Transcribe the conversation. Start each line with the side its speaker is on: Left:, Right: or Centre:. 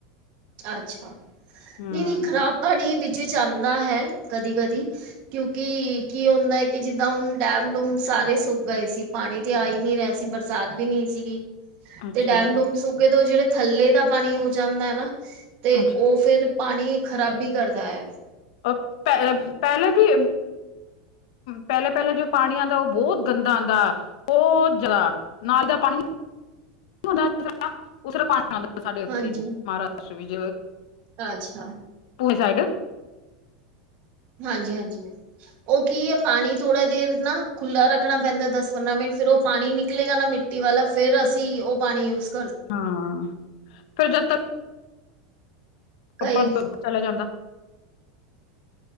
Right: ਅੱਛਾ
Left: ਹਮ
Right: ਨਹੀਂ- ਨਹੀਂ ਖ਼ਰਾਬ ਤਾਂ ਨੀ। ਵਿੱਚ-ਵਿੱਚ ਆਂਦਾ ਹੈ ਕਦੀ-ਕਦੀ। ਕਿਉਕਿ ਕੀ ਹੁੰਦਾ ਏ ਕਿ ਜਿੱਦਾਂ ਹੁਣ ਡੈਮ ਡੂਮ ਸਾਰੇ ਸੁੱਕ ਗਏ ਸੀ। ਪਾਣੀ ਤੇ ਆ ਈ ਨਹੀਂ ਰਿਹਾ ਸੀ। ਬਰਸਾਤ ਵੀ ਨਹੀਂ ਸੀਗੀ।
Left: ਅੱਛਾ
Right: ਤੇ ਡੈਮ
Left: ਅੱਛਾ
Right: ਡੂਮ ਸੁਕਗੇ ਤੋਂ ਜਿਹੜੇ ਥੱਲੇ ਦਾ ਪਾਣੀ ਹੋ ਜਾਂਦਾ ਐ ਨਾਂ ਤੇ ਉਹ
Left: ਅੱਛਾ
Right: ਫੇਰ ਪਾਣੀ ਖ਼ਰਾਬੀ ਕਰਦਾ ਐ।
Left: ਪ ਪੈ ਪਹਿਲੇ ਵੀ ਪਹਿਲੇ-ਪਹਿਲੇ ਜੋ ਪਾਣੀ ਆਂਦਾ, ਉਹ ਬਹੁਤ ਗੰਦਾ ਆਂਦਾ। ਬਹੁਤ ਜਿਆਦਾ ਨਾਲੀ ਦਾ ਪਾਣੀ ਨੀ ਹੁੰਦਾ ਜਿਸ ਤਰ੍ਹਾਂ ਉਸ ਤਰ੍ਹਾਂ ਪਾਣੀ ਸਾਡੇ ਉੱਥੇ
Right: ਹਾਂਜੀ
Left: ਮਾਹਾਰਾਸ਼ਟਰ ਵਿੱਚ।
Right: ਅੱਛਾ
Left: ਪੂਨੇ ਸਾਈਡ
Right: ਹਾਂਜੀ-ਹਾਂਜੀ। ਉਹ ਕੀ ਹੈ ਪਾਣੀ ਥੋੜ੍ਹਾ ਦੇਰ ਨਾ ਖੁੱਲ੍ਹਾ ਰੱਖਣਾ ਪੈਂਦੈ ਦਸ-ਪੰਦਰਾਂ ਮਿੰਟ। ਫਿਰ ਉਹ ਪਾਣੀ ਨਿਕਲੇਗਾ ਨਾ ਮਿ ਮਿੱਟੀ ਵਾਲਾ ਫਿਰ ਅਸੀਂ ਉਹ ਪਾਣੀ ਯੁਸ
Left: ਹਾਂ ਫਿਰ ਜਦ ਤਕ
Right: ਕਈ
Left: ਪਰ ਚਲਿਆ ਜਾਂਦਾ